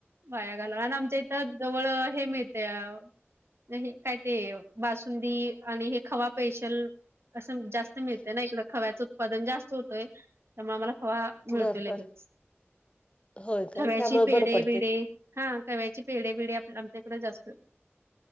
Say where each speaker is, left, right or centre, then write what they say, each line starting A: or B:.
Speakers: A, on the right (about 65°); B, on the left (about 25°).
A: वाया घालवणार आणि आमच्या इथं जवळ हे मिळते ते काय ते बासुंदी आणि हे खवा स्पेशल असं जास्त मिळते ना इकडं खव्याचं उत्पादन जास्त होतंय त्यामुळे आम्हाला खवा मिळतोय
B: बर
A: लगेच
B: बर होय का
A: खव्याची
B: त्यामुळे
A: पेढ
B: बरं पडते
A: बिडे हा खव्याचे पेढ बिढे आपल आमच्याकडे जास्त